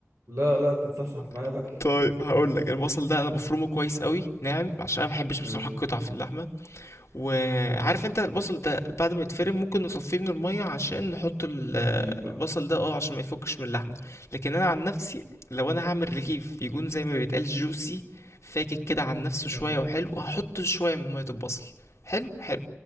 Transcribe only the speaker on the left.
<laughs>
طيب هقول لك البصل ده انا بفرمه كويس قوي ناعم عشان انا ما بحبش
بصراحة القطع في اللحمة وعارف
انت البصل ده بعد ما يتفرم ممكن نصفيه من المية عشان نحط ال-
البصل ده اه عشان ما يفكش من اللحمة لكن انا عن نفسي لو انا هعمل رغيف يكون زي ما بيتقال جوسي فاكك كده عن نفسه
شوية وحلو وهحط شوية من مية البصل حلو حلو